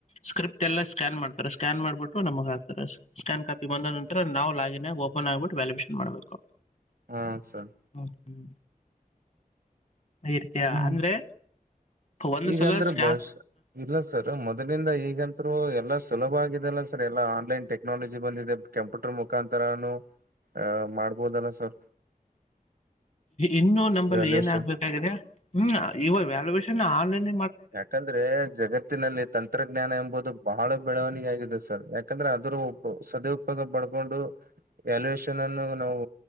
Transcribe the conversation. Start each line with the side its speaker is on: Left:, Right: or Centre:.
Left: ಸ್ಕ್ರೀನ್. ಎಲ್ಲ ಸ್ಕ್ಯಾನ್ ಮಾಡತಾರೆ ಸ್ಕ್ಯಾನ್ ಮಾಡ್ಬಿಟ್ಟು ನಮ್ ಹಕ್ತಾರೆ ಸ್ಕ್ಯಾನ್ ಕಾಪಿ ಬಂದ ನಾವು ಲಾಗಿನ್ ಓಪನ್ ಆಗ್ಬಿಟ್ಟು. ವ್ಯಾಲ್ಯಬೇಷನ್ ಮಾಡ್ಬೇಕು.
Right: ಹಾ ಸರ್
Left: ಹ್ಮ ಹ್ಮ್ ಆ ರೀತಿಯ
Right: ಹ್ಮ್
Left: ಅಂದ್ರೆ. ಒಂದು
Right: ಈಗಂದ್ರ
Left: ಸಲ ಸ್ಕ್ಯಾ
Right: ಬಹಶ ಇಲ್ಲ ಸರ್ ಮೊದ್ಲಿಂದ ಈಗಂತರು ಎಲ್ಲಾ ಸುಲಭ. ಲ್ಲ ಸರ್ ಎಲ್ಲಾ ಆನ್ಲೈನ್ ಟೆಕ್ನಾಲಜಿ ಬಂದಿದೆ. ಕೆಂಪ್ಯೂಟರ್ ಮುಖಾಂತರನು. ಆಹ ಮಾಡ್ಬೋದಲ್ಲ ಸರ್.
Left: ಇನ್ನು ನಂಬಲ್ಲಿ
Right: ವ್ಯಾಲ್ಯೂಷನ್
Left: ಏನ್ ಆಗ್ಬೇಕಾಗಿದೆ ಹ್ಮ್ ಇವಾಗ ವ್ಯಾಲ್ಯುವೇಷನ್ ಆನ್ ಲೈನ್.
Right: ಯಾಕಂದ್ರೆ ಜಗತ್ತಿನಲ್ಲಿ ತಂತ್ರಜ್ಞಾನ ಎಂಬುದು ಬಹಳ ಬೆಳವಣ... ಆಗಿದೆ ಸರ್ ಯಾಕಂದ್ರೆ ಅದ್ರ ಉ ಸದ ಉಪಯೋಗ ಪಡ್ಕೊಂಡು... ವ್ಯಾಲ್ಯಯಷನ್ ಅನ್ನು ನಾವು